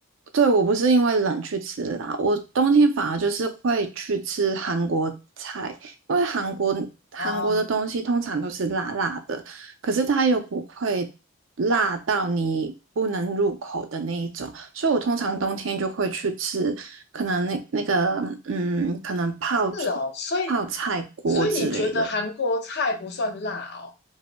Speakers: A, on the right; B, on the left.
A: 对，我不是因为冷去吃辣，我冬天反而就是会去吃韩国菜，因为韩国韩国的东西通常都是辣辣的，
B: 啊，
A: 可是它又不会辣到你不能入口的那一种，所以我通常冬天就会去吃，可能那那个嗯，可能泡出泡菜锅之类的，
B: 是哦，所以所以你觉得韩国菜不算辣哦？